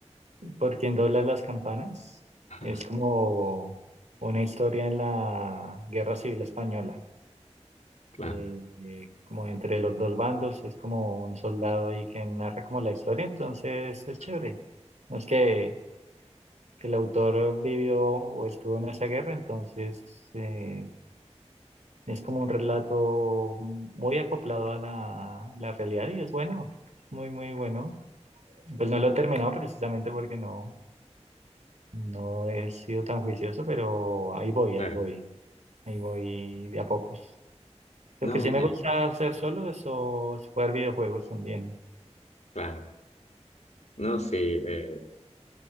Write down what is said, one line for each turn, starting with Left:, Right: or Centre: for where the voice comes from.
Right: ¿Por quién doblan las campanas?
Left: <laughs>
Right: Es como una historia en la Guerra Civil Española.
Left: Claro,
Right: eh, eh, como entre los dos bandos, es como un soldado ahí que narra como la historia, entonces es chévere. No es que que el autor vivió o estuvo en esa guerra, entonces eh, es como un relato muy acoplado a la, la realidad y es bueno, muy, muy bueno. Pues no lo he terminado precisamente porque no, no he sido tan juicioso, pero ahí voy,
Left: claro.
Right: ahí voy, ahí voy de a pocos.
Left: No,
Right: Lo que sí
Left: yo-
Right: me gusta hacer solo es, o, es jugar videojuegos también.
Left: claro. No, sí. eh,